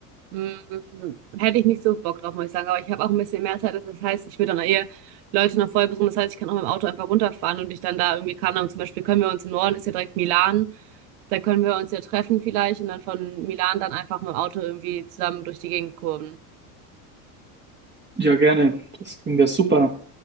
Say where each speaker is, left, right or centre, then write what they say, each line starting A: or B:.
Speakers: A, on the right; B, on the right.
A: Mm, Hätte ich nicht so Bock drauf, muss ich sagen. Aber ich habe auch ein bisschen mehr Zeit. Das heißt, ich würde dann eher Leute noch vorher besuchen. Das heißt, ich kann auch mit dem Auto einfach runterfahren und ich dann da irgendwie kann. Und zum Beispiel können wir uns im Norden, ist ja direkt Milan. Da können wir uns ja treffen vielleicht und dann von Milan dann einfach mit dem Auto irgendwie zusammen durch die Gegend kurven.
B: Ja, gerne. Das klingt ja super.